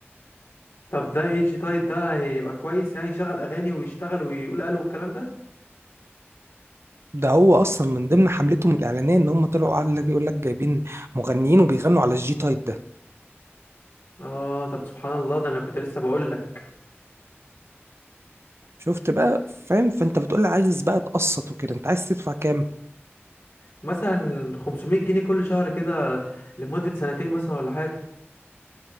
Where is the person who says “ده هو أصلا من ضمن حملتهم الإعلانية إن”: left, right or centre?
Right